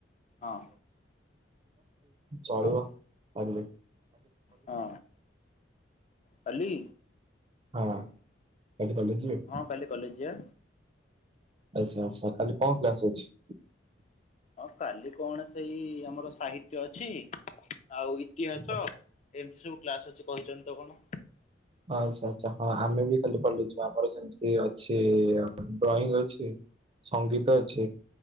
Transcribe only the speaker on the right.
ଚଳିବ
କାଲି।
ହଁ। କାଲି କଲେଜ ଯିବେ?
ଆଚ୍ଛା ଆଚ୍ଛା। କାଲି କଣ କ୍ଲାସ ଅଛି?
ଆଚ୍ଛା
ଆଚ୍ଛା ଆଚ୍ଛା। ହଁ, ଆମେ ବି ଖାଲି କଲେଜ ଯିବୁ। ଆମର ସେମିତି ଅଛି ଡ୍ରଇଂ ଅଛି। ସଙ୍ଗୀତ ଅଛି।